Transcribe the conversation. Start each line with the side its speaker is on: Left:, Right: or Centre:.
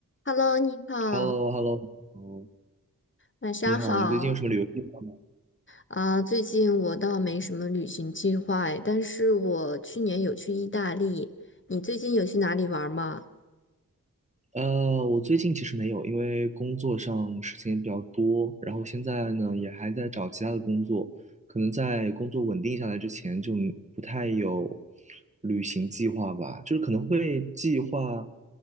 Left: Hello，你好，
Right: h e l l o h e l l o 嗯，
Left: 晚上好。
Right: 你好，你最近有什么旅游计划吗？
Left: 啊最近我倒没什么旅行计划哎，但是我去年有去意大利。你最近有去哪里玩吗？
Right: 呃，我最近其实没有，因为工作上事情也比较多，然后现在呢也还在找其他的工作，可能在工作稳定下来之前就不太有旅行计划吧，就是可能会计划，